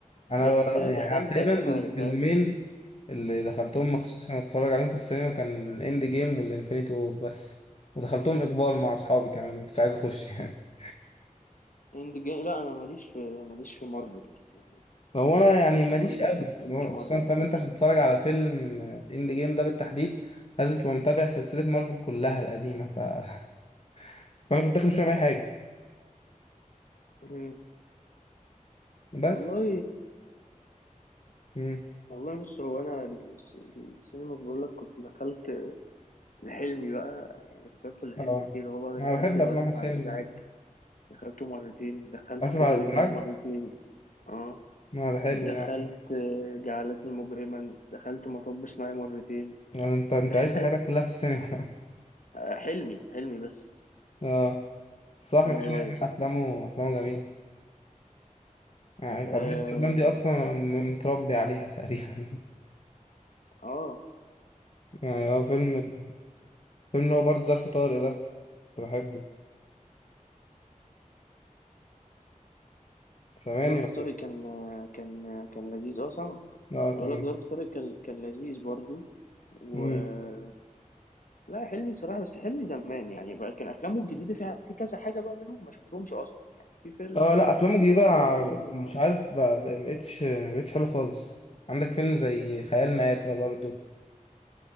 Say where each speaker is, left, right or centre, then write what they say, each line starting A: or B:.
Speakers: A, on the left; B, on the left.
A: انا
B: بس
A: ب-
B: دخلت
A: يعني انا تقريبا
B: اسف
A: الفيلمين
B: على الازعاج
A: اللي دخلتهم
B: م.
A: مخصوص عشان اتفرج عليهم في السينما كان الاند جيم والانفينيتي وور بس ودخلتهم اجبار مع اصحابي كمان ما كنتش عايز اخش <laughs>
B: اند جيم لا انا ماليش في ماليش في مارفل يعني
A: هو انا يعني ماليش
B: مارفل
A: قوي
B: ما
A: خصوصا
B: بحبش
A: خصوصاً
B: مارفل
A: فاهم
B: خالص
A: انت عشان تتفرج على فيلم اند جيم ده بالتحديد لازم تبقى متابع سلسله مارفل كلها القديمه ف... <laughs> فانا كنت داخل مش فاهم اي حاجه
B: م.
A: بس
B: والله
A: امم
B: والله بص هو انا الس- السينما بقول لك كنت دخلت لحلمي بقى يعني كنت ادخل لحلمي
A: اه
B: كتير هو بقى
A: انا
B: دخلت
A: بحب
B: له
A: افلام
B: اسف
A: احمد حلمي
B: على الازعاج دخلته مرتين دخلت
A: اسف
B: كده
A: على الازعاج
B: رضا مرتين اه
A: ما ده حلو
B: دخلت
A: لا
B: آه، جعلتني مجرما دخلت مطب صناعي مرتين
A: يعني
B: <laughs>
A: انت انت
B: دخلت
A: عشت حياتك كلها في السينما
B: آه، حلمي حلمي بس
A: <laughs> اه صح احمد
B: وانا
A: حلمي
B: صغير
A: عمل افلامه افلامه جميله يعني أنا
B: اه,
A: بحس الافلام دي اصلا م- متربي عليها تقريبا
B: آه.
A: <laughs> يعني هو فيلم فيلم اللي هو برضه ظرف طارق ده كنت بحبه سامعني
B: ظرف
A: ولا
B: طارق
A: إيه؟
B: كان آه، كان آه، كان لذيذ اه سامعك
A: اه تمام
B: بقول لك ظرف طارق كان كان لذيذ برضو و
A: امم
B: آه، لا حلمي صراحة بس حلمي زمان يعني بقى كان أفلامه الجديدة فيها في كذا حاجة بقى منهم ما شفتهمش أصلا يعني في فيلم
A: اه لا افلامه
B: في
A: الجديده
B: في كذا فيلم ما-
A: مش عارف بقى- بقى- مبقتش مبقتش حلو خالص عندك فيلم زي خيال مآتة برضو